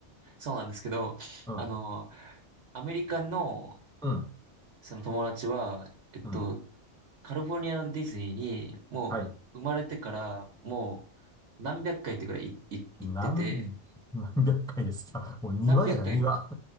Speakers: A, on the right (about 75°); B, in the centre.
A: そうなんですけど、
B: うん。
A: あの、アメリカの
B: うん。
A: その友達は、えっと、
B: うん。
A: カリフォルニアのディズニーにもう生まれてからも
B: はい。
A: う何百回ってくらいいい行ってて、
B: なん、<laughs> 何百回ですか。もう庭じゃない、
A: 何百回、
B: 庭。